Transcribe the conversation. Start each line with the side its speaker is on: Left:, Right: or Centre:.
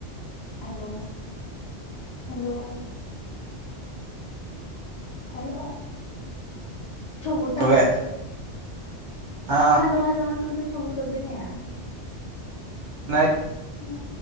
Left: hello hello hello చెవుట
Right: నువ్వే ఆ
Left: హలో హలో అంటుంటే చెవులు దొబ్బినాయ.
Right: నా
Left: ఆ